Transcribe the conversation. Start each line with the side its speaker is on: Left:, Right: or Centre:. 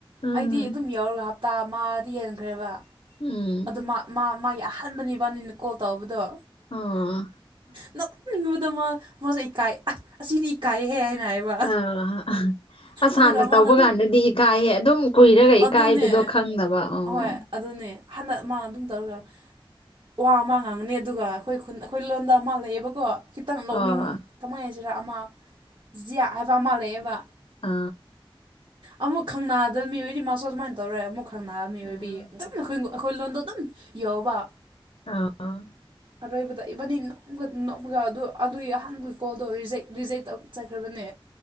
Left: ꯎꯝ
Right: ꯑꯩꯗꯤ ꯑꯗꯨꯝ ꯌꯥꯎꯔꯒ ꯍꯥ ꯇꯥ ꯃꯗꯤ ꯍꯦꯟꯈ꯭ꯔꯦꯕ
Left: ꯎꯝ
Right: ꯑꯗꯨ ꯃꯥ ꯃꯥ ꯃꯥꯒꯤ ꯑꯍꯥꯟꯕꯅꯤꯅ ꯀꯣꯜ ꯇꯧꯕꯗꯣ
Left: ꯑꯥ
Right: ꯅꯛꯅꯤꯡꯉꯨꯕꯗ ꯃꯥ ꯃꯥꯁꯦ ꯏꯀꯥꯏ ꯑꯁ ꯑꯁꯤꯅꯤ ꯏꯀꯥꯏꯍꯦ ꯍꯥꯏꯅ ꯍꯥꯏꯕ
Left: ꯑꯥ ꯑꯁ
Right: ꯑꯗꯨꯒ
Left: ꯍꯥꯟꯅ ꯇꯧꯕ
Right: ꯃꯥꯅ ꯑꯗꯨꯝ
Left: ꯀꯥꯟꯗꯗꯤ ꯏꯀꯥꯏꯍꯦ ꯑꯗꯨꯝ ꯀꯨꯏꯔꯒ ꯏꯀꯥꯏꯕꯗꯣ
Right: ꯑꯗꯨꯅꯦ
Left: ꯈꯪꯗꯕ ꯑꯣ
Right: ꯍꯣꯏ ꯑꯗꯨꯅꯦ ꯍꯟꯗ ꯃꯥꯅ ꯑꯗꯨꯝ ꯇꯧꯔꯒ ꯋꯥ ꯑꯃ ꯉꯥꯡꯉꯅꯤ ꯑꯗꯨꯒ ꯑꯩꯈꯣꯏ ꯈꯨꯟ ꯑꯩꯈꯣꯏ ꯂꯣꯟꯗ ꯑꯃ ꯂꯩꯑꯦꯕꯀꯣ ꯈꯤꯇꯪ ꯅꯣꯛꯅꯤꯡ
Left: ꯑꯣ
Right: ꯀꯃꯥꯏꯅ ꯍꯥꯏꯁꯤꯔꯥ ꯑꯃ ꯖꯤꯌꯥ ꯍꯥꯏꯕ ꯑꯃ ꯂꯩꯑꯦꯕ
Left: ꯑꯥ
Right: ꯑꯃꯨꯛ ꯈꯪꯅꯗꯕ ꯃꯤ ꯑꯣꯢꯗꯤ ꯃꯥꯁꯨ ꯑꯗꯨꯃꯥꯏꯅ ꯇꯧꯔꯦ ꯑꯃꯨꯛ ꯈꯪꯅꯕ ꯃꯤ ꯑꯣꯏꯕꯒꯤ
Left: ꯑꯥ
Right: ꯑꯗꯨꯝ ꯑꯩꯈꯣꯏ ꯑꯩꯈꯣꯏ ꯂꯣꯟꯗꯣ ꯑꯗꯨꯝ ꯌꯥꯎꯕ
Left: ꯑꯥ ꯑꯥ
Right: ꯑꯔꯣꯏꯕꯗ ꯏꯕꯅꯤ ꯅꯒ <inaudible> ꯑꯗꯨ ꯑꯗꯨꯒꯤ ꯑꯍꯥꯟꯕꯒꯤ ꯀꯣꯜ ꯑꯗꯣ ꯔꯤ ꯔꯤꯖꯦꯛ ꯇꯧ ꯆꯠꯈ꯭ꯔꯕꯅꯦ